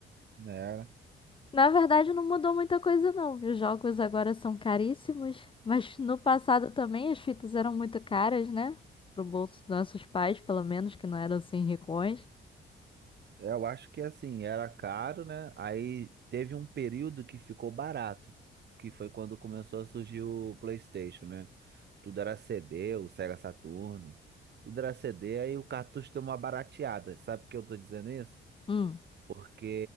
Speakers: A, on the right (about 55°); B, on the left (about 25°).
A: né?
B: Na verdade, não mudou muita coisa, não. Os jogos agora são caríssimos, mas no passado também as fitas eram muito caras, né? Pro bolso dos nossos pais, pelo menos, que não eram assim ricões.
A: É, Eu acho que assim, era caro, né? Aí teve um período que ficou barato, que foi quando começou a surgir o PlayStation, né? Tudo era CD, o Sega Saturn, tudo era CD, aí o cartucho deu uma barateada. Sabe por que eu tô dizendo isso?
B: Hum.
A: Porque